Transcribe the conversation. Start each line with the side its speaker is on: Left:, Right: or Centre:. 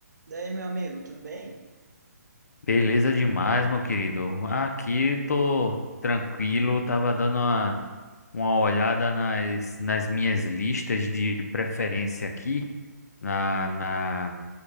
Right: Daí, meu amigo, tudo bem?
Left: Beleza demais, meu querido. Aqui tô tranquilo, tava dando uma, uma olhada nas, nas minhas listas de preferência aqui, na, na,